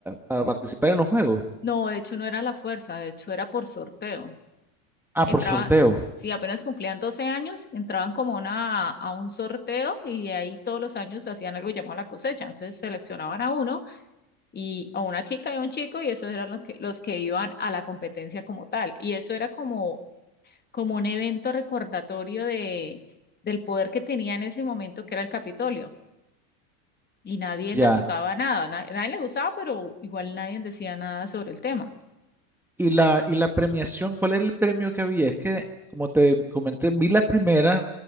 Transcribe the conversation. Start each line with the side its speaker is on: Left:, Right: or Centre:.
Centre: para participar en los juegos.
Left: No, de hecho no era la fuerza, de hecho era por sorteo.
Centre: Ah,
Left: entraban,
Centre: por sorteo.
Left: si apenas cumplían 12 años, entraban como una, a un sorteo y de ahí todos los años hacían algo llamado la cosecha. Entonces seleccionaban a uno y a una chica y a un chico y esos eran los que, los que iban a la competencia como tal. Y eso era como, como un evento recordatorio de, del poder que tenía en ese momento que era el Capitolio. Y nadie
Centre: ya
Left: refutaba nada, na- nadie, le gustaba, pero igual nadie decía nada sobre el tema.
Centre: Y la, y la premiación, ¿cuál era el premio que había? Es que, como te comenté, vi la primera,